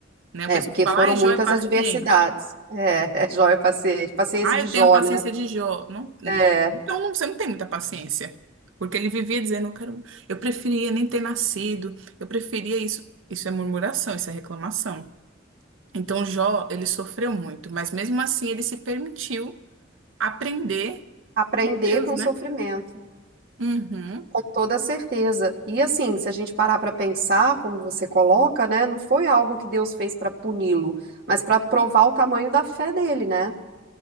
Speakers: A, on the right (about 85°); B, on the right (about 55°).
A: né?
B: É,
A: O pessoal
B: porque
A: fala:
B: foram
A: "Ai, Jó
B: muitas
A: é paciente".
B: adversidades. É, <laughs> é Jó e paciente, paciência
A: Ah,
B: de
A: eu
B: Jó,
A: tenho a paciência
B: né?
A: de Jó. Não,
B: É,
A: então não, você não tem muita paciência. Porque ele vivia dizendo, eu quero, eu preferia nem ter nascido, eu preferia isso. Isso é murmuração, isso é reclamação. Então Jó, ele sofreu muito, mas mesmo assim ele se permitiu aprender
B: aprender
A: com Deus,
B: com o
A: né?
B: sofrimento,
A: Uhum.
B: com toda certeza. E assim, se a gente parar para pensar, como você coloca, né, não foi algo que Deus fez para puni-lo, mas para provar o tamanho da fé dele, né?